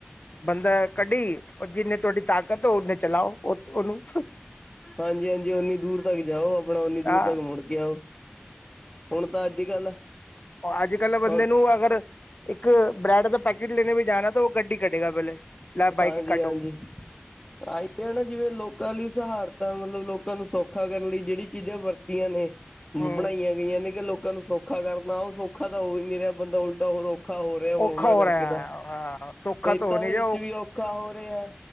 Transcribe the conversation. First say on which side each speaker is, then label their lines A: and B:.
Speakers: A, on the left; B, on the left.
A: ਬੰਦਾ ਕੱਢੀ ਉਹ ਜਿੰਹਨੇ ਤੁਹਾਡੀ ਤਾਕਤ ਹੈ ਓਨੇ ਚਲਾਓ ਉਤ ਉਹਨੂੰ
B: ਹਾਂਜੀ ਹਾਂਜੀ ਓਹਨੀ ਦੂਰ ਤੱਕ ਜਾਓ ਆਪਣਾ ਓਨੀ ਦੂਰ
A: ਹਾਂ
B: ਤੱਕ ਮੁੜ ਕੇ ਆਓ ਹੁਣ ਤਾਂ ਅੱਜ ਕੱਲ
A: ਅੱਜ ਕੱਲ੍ਹ ਬੰਦੇ
B: ਹੁਣ
A: ਨੂੰ ਅਗਰ ਇੱਕ ਬ੍ਰੈਡ ਦਾ ਪੈਕੇਟ ਲੈਣੇ ਵੀ ਜਾਣਾ ਤਾਂ ਉਹ ਗੱਡੀ ਕਡੇਗਾ ਪਹਿਲੇ ਲੈ ਬਾਈਕ
B: ਹਾਂਜੀ
A: ਕੱਢੋ
B: ਹਾਂਜੀ ਆਈ ਉਹੀ ਐ ਨਾ ਜਿਵੇਂ ਲੋਕਾਂ ਲਈ ਸਹਾਰਤਾ ਮਤਲਬ ਲੋਕਾਂ ਨੂੰ ਸੌਖਾ ਕਰਨ ਲਈ ਜਿਹੜੀ ਚੀਜ਼ਾਂ ਵਰਤੀਆਂ ਨੇ
A: ਹੂੰ
B: ਬਣਾਈਆਂ ਗਈਆਂ ਨੇ ਕਿ ਲੋਕਾਂ ਨੂੰ ਸੌਖਾ ਕਰਨਾ ਉਹ ਸੌਖਾ ਤਾਂ ਹੋ ਹੀ ਨਹੀਂ ਰਿਹਾ ਬੰਦਾ ਉਲਟਾ ਹੋਰ ਔ ਖਾ ਹੋ ਰਿਹਾ ਹੁਣ
A: ਔਖਾ
B: ਉਹਨਾਂ
A: ਹੋ
B: ਕਰਕੇ
A: ਰਿਹਾ
B: ਤਾਂ
A: ਹਾਂ ਸੌਖਾ
B: ਸਿਹਤਾਂ
A: ਤਾਂ ਹੋ ਨਹੀਂ
B: ਦੇ
A: ਰਿਹਾ
B: ਵਿੱਚ ਵੀ ਔਖਾ ਹੋ ਰਿਹਾ ਹੈ